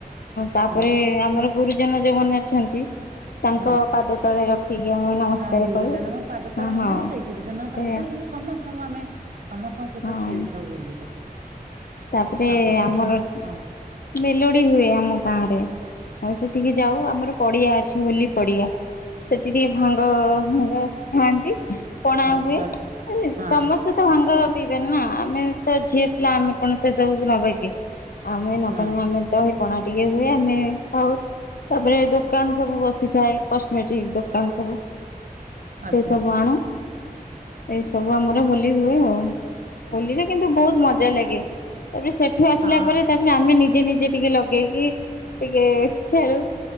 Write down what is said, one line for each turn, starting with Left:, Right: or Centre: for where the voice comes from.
Left: ତାପରେ
Right: ହଁ
Left: ଆମର ଜନ ଯୋଉମାନେ ଅଛନ୍ତି ତାଙ୍କ
Right: ହଁ।
Left: ପାଦ ତଳେ ରଖିକି ଆମେ ନମସ୍କାର
Right: ହଁ ଗୁରୁଜନଙ୍କ
Left: କରୁ।
Right: ପାଦ
Left: ହଁ
Right: ତଳେ ଆମେ
Left: ହଁ
Right: ବି ସେଇ ଗୁରୁଜନଙ୍କ ପାଦ
Left: ସେଇଆ
Right: ତଳେ କିନ୍ତୁ ଯେ ସମସ୍ତଙ୍କୁ ଆମେ ସମସ୍ତଙ୍କ ସହିତ
Left: ହଁ
Right: ଖେଳିଥାଉ ହୋଲିଟା।
Left: ତାପରେ
Right: ଆଉ ସବୁ
Left: ଆମର
Right: ଝିଅ
Left: ଏ
Right: ହଁ
Left: ମେଲୋଡି ହୁଏ ଆମ ଗାଁ ରେ। ଆଉ ସେଠିକି ଯାଉ ଆମର ପଡିଆ ଅଛି ବୋଲି ପଡିଆ। ସେଠି ଟିକେ ଭାଙ୍ଗ ଭଙ୍ଗ ଖାଆନ୍ତି। ପଣା
Right: ଆଚ୍ଛା
Left: ହୁଏ।
Right: ତ ହଁ
Left: ସମସ୍ତେ ତ ଭାଙ୍ଗ ପିଇବେନି ନା ଆମେ ତ ଝିଅ ପିଲା ଆମେ କଣ ସେ ସବୁ ନବାକି? ଆମେ ନବାନି
Right: ନା
Left: ଆମେ ଦହି ପଣା ଟିକେ ହୁଏ ଆମେ ଖାଉ। ତେବେ ଦୋକାନ ସବୁ ବସିଥାଏ, କସମେଟିକ୍ ଦୋକାନ ସବୁ। ସେଇ
Right: ଆଚ୍ଛା
Left: ସବୁ ଆଣୁ। ଏଇ ସବୁ ଆମର ହୋଲି ହୁଏ ଆଉ। ହୋଲିରେ କିନ୍ତୁ ବୋହୁତ୍ ମଜା ଲାଗେ। ତାପରେ ସେଠୁ ଆସିଲା
Right: ହଁ।
Left: ପରେ ତା ଫୁଣି ଆମେ ନିଜେ ନିଜେ ଟିକେ ଲଗେଇକି ଟିକେ ଖେଳୁ।